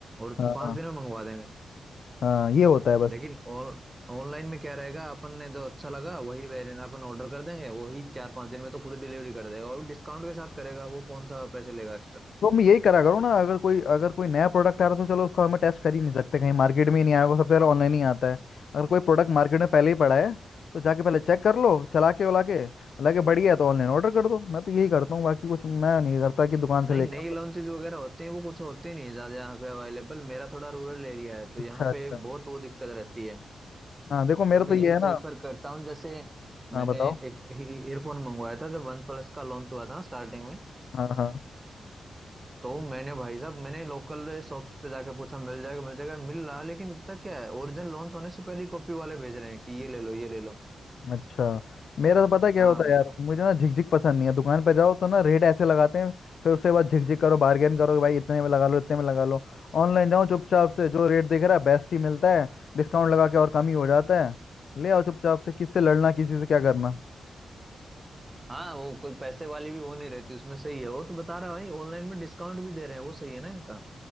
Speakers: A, on the right; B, on the left.
A: और
B: हाँ
A: पांच
B: हाँ।
A: दिन में मंगवा देंगे
B: हाँ ये होता है बस
A: लेकिन ऑन ऑनलाइन में क्या रहेगा अपन ने जो अच्छा लगा वही वेरिएंट अपन ऑर्डर कर देंगे वही चार पांच दिन में तो खुद डिलीवरी कर देगा और डिस्काउंट के साथ करेगा वो कौन सा पैसे लेगा
B: तो हम यही करा करो ना अगर कोई अगर कोई नया प्रोडक्ट आ रहा है तो चलो उसको हमें टेस्ट कर ही नहीं सकते कहीं मार्केट में ही नहीं आया होगा सबसे पहले ऑनलाइन ही आता है अगर कोई प्रोडक्ट मार्केट में पहले ही पड़ा है तो जाके पहले चेक कर लो चला के उला के लगे बढ़िया है तो ऑनलाइन ऑर्डर कर दो मैं तो यही करता हूँ बाकी कुछ मैं नहीं करता कि दुकान से
A: नहीं
B: लेके
A: नई
B: आऊं कुछ
A: लॉन्चेज वगैरह होती हैं वो कुछ होती नहीं है ज्यादा यहाँ पे अवेलेबल मेरा थोड़ा रूरल एरिया है तो
B: अच्छा
A: यहाँ
B: अच्छा
A: पे बहुत वो दिक्कत रहती है
B: हाँ देखो मेरा
A: तो मैं
B: तो
A: यही
B: ये है
A: प्रीफर
B: ना
A: करता हूँ जैसे
B: हाँ
A: मैंने
B: बताओ
A: एक ईयरफोन मंगवाया था जब वन प्लस का लॉन्च हुआ था ना स्टार्टिंग में
B: हाँ हाँ
A: तो मैंने भाई साहब मैंने लोकल शॉप्स पे जाके पूछा मिल जाएगा मिल जाएगा मिल रहा लेकिन पता क्या है ओरिजिनल लॉन्च होने से पहले ही कॉपी वाले भेज रहे हैं कि ये ले लो ये ले लो
B: अच्छा मेरा तो पता है क्या
A: हाँ
B: होता है यार मुझे ना झिकझिक पसंद नहीं है दुकान पे जाओ तो ना रेट ऐसे लगाते हैं फिर उसके बाद झिकझिक करो बार्गेन करो कि भाई इतने में लगा लो इतने में लगा लो ऑनलाइन जाओ चुपचाप से जो रेट दिख रहा है बेस्ट ही मिलता है डिस्काउंट लगा के और कम ही हो जाता है ले आओ चुपचाप से किससे लड़ना किसी से क्या करना
A: हाँ वो कोई पैसे वाली भी वो नहीं रहती उसमें सही है वो तो बता रहा है भाई ऑनलाइन में डिस्काउंट भी दे रहे हैं वो सही है ना इनका